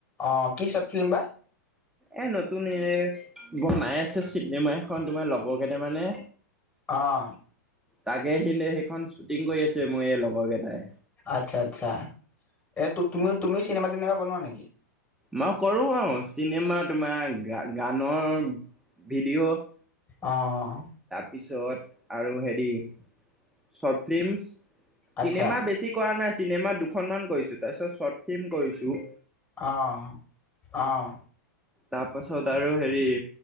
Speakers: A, on the left (about 15°); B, in the centre.
A: অ' কি চৰ্ট ফিল্ম বা
B: এ নতুন এ বনাই আছে চিনেমা এখন তোমাৰ লগৰ কেইটামানে
A: অ'
B: তাকে আহিলে সেইখন শ্বুটিং কৰি আছে মোৰ এই লগৰ কেইটাই।
A: আচ্ছা-আচ্ছা, এ তুমি-তুমি চিনেমা টিনেমা বনোৱা নেকি?
B: মই কৰোঁ আৰু চিনেমা তোমাৰ গা গানৰ ভিডিঅ'
A: অ'
B: পিছত আৰু হেৰি চৰ্ট ফিল্মছ
A: আচ্ছা
B: চিনেমা বেছি কৰা নাই চিনেমা দুখনমান কৰিছোঁ, তাৰপিছত চৰ্ট ফিল্ম কৰিছোঁ।
A: অ'-অ'
B: তাৰপাছত আৰু হেৰি